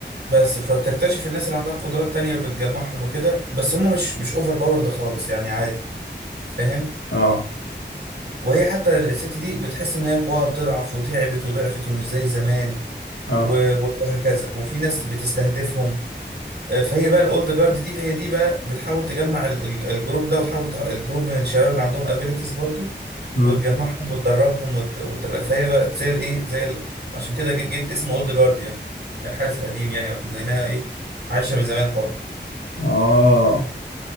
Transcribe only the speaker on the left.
اه
اه
امم
اه